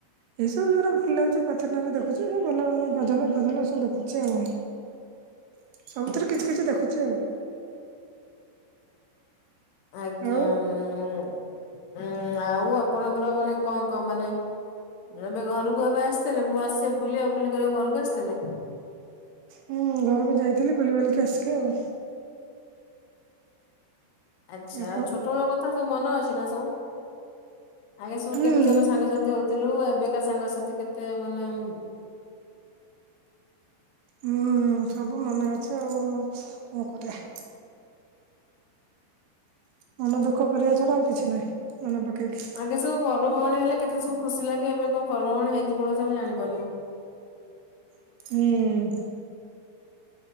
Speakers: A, on the right (about 80°); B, on the left (about 75°).
A: ଏଇ ସବୁ ଯୋଉଗୁରା ଭଲ ଲାଗୁଚି ପ୍ରାର୍ଥନାରେ ଦେଖୁଚି ଯୋଉ ଭଲ ଭଲ ଭଜନ ଫଜନ ସବୁ ଦେଖୁଛି ଆଉ। ସବୁଥିରୁ କିଛି କିଛି ଦେଖୁଚି ଆଉ।
B: ଆଜ୍ଞା
A: ଆଉ
B: ଉଁ ଉଁ ଆଉ ଆପଣଙ୍କର ମାନେ କଣ କଣ ମାନେ ଏବେ ଘରୁକୁ ଏବେ ଆସିଥିଲେ ମାସେ ବୁଲିଆ ବୁଲି କରିଆକୁ ଘରୁକୁ ଆସିଥିଲେ?
A: ହୁଁ ଘରୁକୁ ଯାଇଥିଲି ବୁଲି ବାଲିକି ଆସିଲି ଆଉ।
B: ଆଚ୍ଛା
A: ଆପଣ
B: ଆଉ ଛୋଟବେଳ କଥା ସବୁ ମନେ ଅଛି ନା ସବୁ? ଆଜ୍ଞା ସବୁ
A: ହୁଁ
B: କେମତି ଆମେ ସାଙ୍ଗସାଥି ହଉଥିଲୁ ଏବେକା ସାଙ୍ଗସାଥି କେତେ ମାନେ ଉଁ
A: ହୁଁ ହୁଁ ସବୁ ମନେ ଅଛି ଆଉ କଣ କରିବା। ମନ ଦୁଃଖ କରିବା ଛଡା ଆଉ କିଛି ନାହିଁ ମନେ ପକେଇକି।
B: ଆଗେ ସବୁ ପର୍ବ ପର୍ବାଣୀ ହେଲେ କେତେ ସବୁ ଖୁସି ଲାଗେ ଏବେ କଣ ପର୍ବ ପର୍ବାଣୀ ହେଇକି ପଳଉଛି ଆମ ଜାଣିପାରୁନୁ।
A: ହୁଁ।